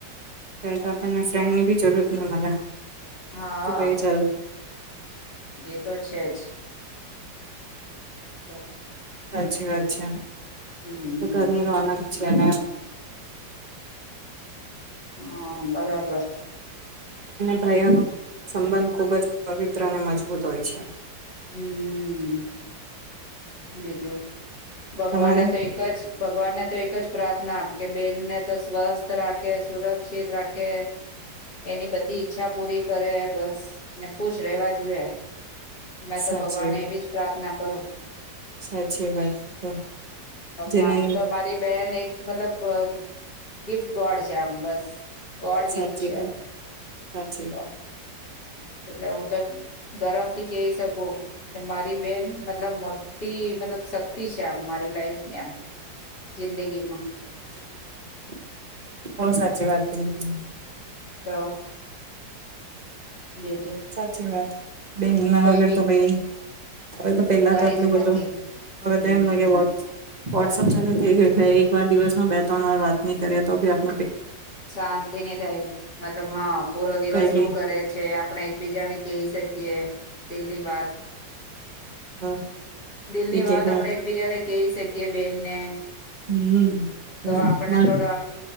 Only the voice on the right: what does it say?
ત્યારે તો આપણને ફ્રેન્ડ ની ભી જરૂરત ની મલે
કે ભાઈ ચાલ
સાચી
વાત છે
તો ઘર ની રોનક છે ને <inaudible>
ભાઈઓ નો સંબંધ ખૂબ જ પવિત્ર અને મજબૂત હોય છે
તમારે
સાચી
વાત
સાચી વાત તો જેને
સાચી
વાત
સાચી
<inaudible> બો સાચી વાત હમ હમ
સાચી વાત <unintelligible> વગર
તો ભાઈ હવે તો પેલા
તો આટલું
બધું હવે
તો એમ લાગે વોટ વોટ્સઅપ ચાલુ થઈ ગયું એટલે એક વાર દિવસમાં બે ત્રણ વાર વાત ની કરીએ તો બી આપ
કઈ
બી
તો
એક
એક વાર
હમ